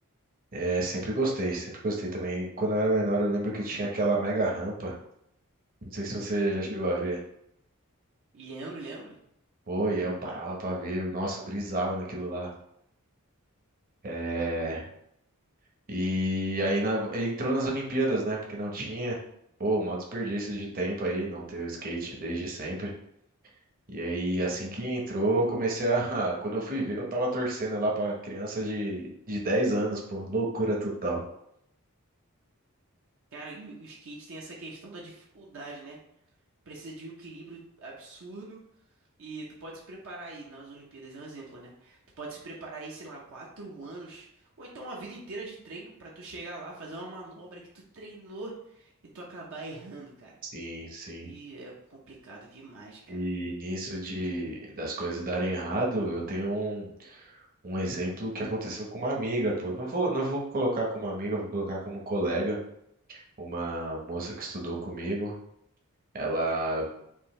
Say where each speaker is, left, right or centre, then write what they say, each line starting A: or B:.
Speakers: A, on the right (about 40°); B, on the right (about 65°).
A: É, sempre gostei, sempre gostei também. Quando eu era menor, eu lembro que tinha aquela mega rampa. Não sei se você já chegou a ver.
B: Lembro, lembro.
A: Pô, e aí eu parava pra ver. Nossa, eu brisava naquilo lá. É, e aí na- entrou nas Olimpíadas, né? Porque não tinha. Pô, maior desperdício de tempo aí, não ter o skate desde sempre. E aí, assim que entrou, eu comecei a. <laughs> Quando eu fui ver, eu tava torcendo lá pra criança de, de 10 anos, pô. Loucura total.
B: Cara, e o o skate tem essa questão da dificuldade, né? Precisa de um equilíbrio absurdo e tu pode se preparar aí nas Olimpíadas, é um exemplo, né? Tu pode se preparar aí, sei lá, quatro anos ou então uma vida inteira de treino pra tu chegar lá, fazer uma manobra que tu treinou e tu acabar errando, cara.
A: Sim, sim.
B: E é complicado demais, cara.
A: E nisso de das coisas darem errado, eu tenho um, um exemplo que aconteceu com uma amiga, pô. Não vou, não vou colocar como amiga, vou colocar como colega, uma moça que estudou comigo. Ela